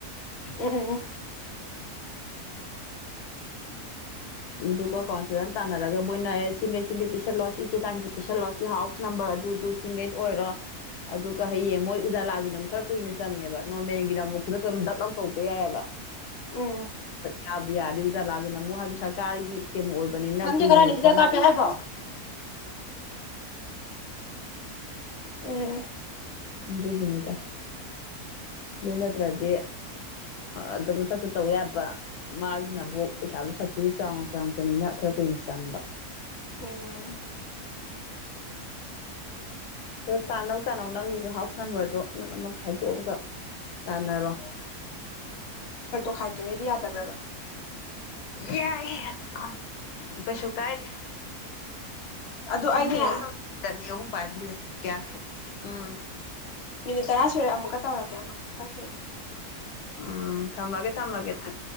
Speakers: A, on the left (about 60°); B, on the left (about 85°).
A: ꯑꯦ
B: ꯑꯗꯨꯒ ꯀꯥꯎꯟꯁꯤꯜꯗꯅ ꯇꯥꯟꯅꯔꯒ ꯃꯣꯏꯅ ꯑꯦ ꯁꯤꯡꯒꯩ ꯁꯤꯡꯒꯩ ꯄꯤꯁꯜꯂꯑꯣ ꯁꯤ ꯆꯦ ꯆꯥꯡꯁꯦ ꯄꯤꯁꯜꯂꯣ ꯁꯤ ꯍꯥꯎꯁ ꯅꯝꯕꯔ ꯑꯗꯨꯗꯨ ꯁꯤꯡꯈꯩ ꯑꯣꯏꯔꯣ ꯑꯗꯨꯒ ꯍꯌꯦꯡ ꯃꯣꯏ ꯎꯖꯥꯂꯥꯒꯤꯅ ꯑꯃꯨꯛ ꯈꯔ ꯀꯨꯏꯅ ꯆꯪꯉꯦꯕ ꯅꯣꯔꯃꯦꯜꯒꯤꯗ ꯑꯃꯨꯛ ꯈꯨꯗꯛꯇ ꯗꯛ ꯑꯥꯎꯠ ꯇꯧꯕ ꯌꯥꯏꯑꯕ
A: ꯎꯝ
B: ꯌꯥꯕꯨ ꯌꯥꯔꯦ ꯎꯖꯥꯂꯥꯒꯤꯅ ꯑꯃꯨꯛ ꯍꯥꯏꯕꯗꯤꯔ ꯔ ꯀꯥꯒꯤ ꯀꯝ ꯑꯣꯏꯕꯅꯤꯅ
A: ꯁꯟꯁꯦ
B: ꯀꯨꯏꯅ
A: ꯀꯔꯥꯏꯅ
B: ꯈꯣꯠꯅ
A: ꯍꯤꯗꯥꯛ ꯀꯥꯞꯄꯦ ꯍꯥꯏꯕꯣ ꯎꯝ
B: ꯑꯗꯨꯒꯤꯅꯤꯗ ꯑꯗꯨ ꯅꯠꯇ꯭ꯔꯗꯤ ꯑꯗꯨꯝ ꯁꯠ ꯁ ꯇꯧ ꯌꯥꯕ ꯃꯥꯒꯤꯅꯕꯨ ꯄꯩꯁꯥꯗꯨꯣ ꯁꯁꯤꯗꯤ ꯆꯥꯎꯅ ꯆꯪꯉꯛꯄꯅꯤꯅ ꯈꯔ ꯀꯨꯏꯅ ꯆꯪꯕ
A: ꯎꯝ
B: ꯑ ꯇꯥꯟꯅꯧ ꯇꯥꯅꯧ ꯅꯪꯒꯤꯁꯨ ꯍꯥꯎꯁ ꯅꯝꯕꯔꯗꯣ ꯈꯥꯏꯗꯣꯛꯑꯒ ꯇꯥꯟꯅꯔꯣ
A: ꯈꯥꯏ ꯀꯉꯩꯗꯤ ꯌꯥꯗꯕ꯭ꯔꯕ
B: ꯌꯥ ꯍ ꯑꯁ ꯀꯣꯟ ꯎ ꯀꯩꯁꯨ ꯀꯥꯏꯗꯦ
A: ꯑꯗꯣ
B: ꯏꯃꯨꯡ
A: ꯑꯩꯅꯦ
B: ꯑꯍꯨꯝ ꯄꯥꯏꯦ ꯀꯌꯥ ꯎꯝ
A: ꯃꯤꯅꯤꯠ ꯇꯔꯥ ꯁꯨꯔꯦ ꯑꯃꯨꯛꯀ ꯇꯧꯔꯛꯀꯦꯪ ꯀꯛꯈꯤꯒꯦ
B: ꯎꯝ ꯊꯝꯃꯒꯦ ꯊꯝꯕꯃꯒꯦ